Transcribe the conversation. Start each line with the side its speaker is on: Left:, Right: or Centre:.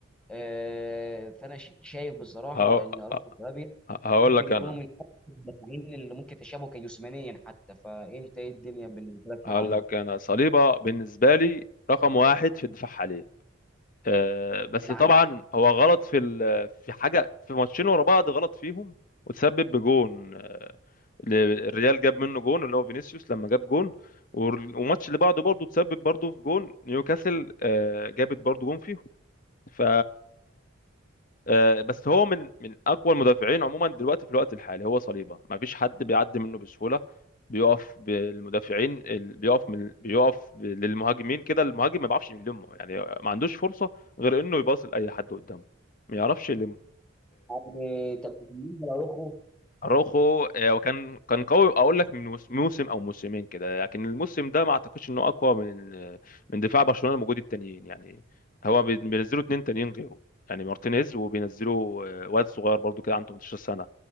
Centre: آه، فانا ش- شايف بصراحه
Left: هقو-
Centre: ان اروخو وسلابيا
Left: هقول
Centre: ممكن
Left: لك
Centre: يكونوا
Left: انا
Centre: من أكثر المدافعين اللي ممكن تشابهوا كجسمانيا حتى فانت ايه الدنيا بالنسبه لك
Left: هقول
Centre: معاهم
Left: لك انا صليبة بالنسبة لي رقم واحد في الدفاع حاليا آه، بس
Centre: في العالم
Left: طبعا هو غلط في ال... في حاجه في ماتشين ورا بعض غلط فيهم وتسبب بجون آه، ل- الريال جاب منه جون اللي هو فينيسيوس لما جاب جون وال- والماتش اللي بعده برضه تسبب برضه في جون نيوكاسل آه، جابت برضه جون فيهم ف آه، بس هو من من اقوى المدافعين عموما دلوقتي في الوقت الحالي هو صليبه ما فيش حد بيعدي منه بسهوله بيقف بالمدافعين ال- بيقف من بيقف ب- للمهاجمين كده المهاجم ما بيعرفش يلمه يعني ما عندوش فرصه غير انه يباص لاي حد قدامه ما يعرفش يلم
Centre: يعني طب بالنسبه لاروخو
Left: اروخو آه، وكان كان قوي اقول لك من موس- موسم او موسمين كده لكن الموسم ده ما اعتقدش انه اقوى من آه، من دفاع برشلونة الموجود التانيين يعني هو بي- بينزلوا اتنين تانيين غيره يعني مارتينيز وبينزلوا آه، واد صغير برضو كده عنده 18 سنة